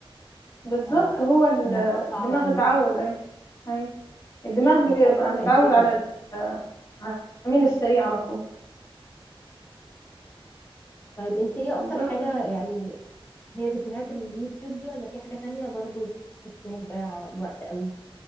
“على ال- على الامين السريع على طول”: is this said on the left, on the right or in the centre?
Left